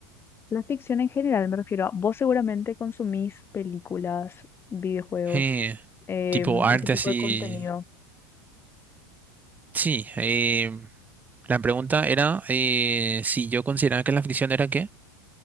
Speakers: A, on the left; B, on the right.
A: La ficción en general, me refiero a vos seguramente consumís películas, videojuegos,
B: Eh,
A: em,
B: tipo arte
A: ese tipo
B: así.
A: de contenido.
B: Sí, eh, La pregunta era eh, si yo consideraba que la ficción era qué.